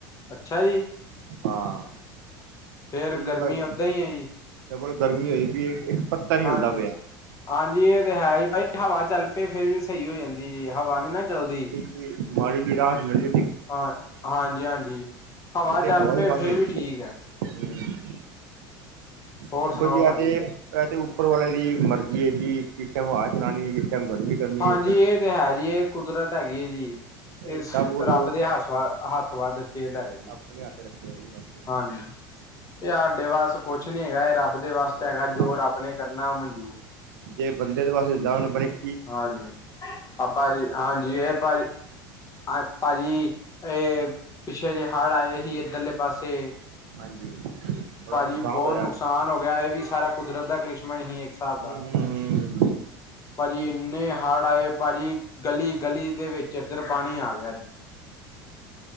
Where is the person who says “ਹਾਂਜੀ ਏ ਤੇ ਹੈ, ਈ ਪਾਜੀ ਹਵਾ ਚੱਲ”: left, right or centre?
Left